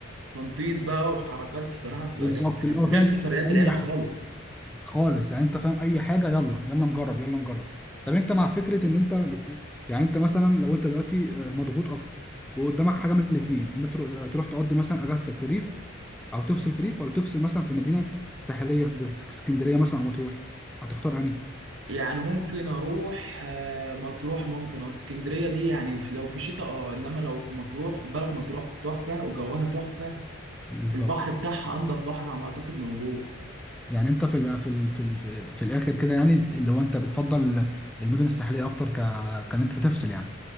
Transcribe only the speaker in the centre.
بالظبط
اللي
هو فاهم
اي
حاجه خالص يعني انت فاهم اي حاجه يلا يلا نجرب يلا نجرب طب انت مع فكره ان انت يعني انت مثلا لو انت دلوقتي آه، مضغوط اكتر وقدامك حاجه من الاثنين ان انت تروح تروح تقضي مثلا اجازتك في ريف او تفصل في ريف ولا تفصل مثلا في مدينه ساحليه زي اسكندريه مثلا او مطروح هتختار انهي
بالظبط
يعني انت في ال في ال في ال في الاخر كده يعني اللي هو انت بتفضل المدن الساحليه اكتر ك كان انت تفصل يعني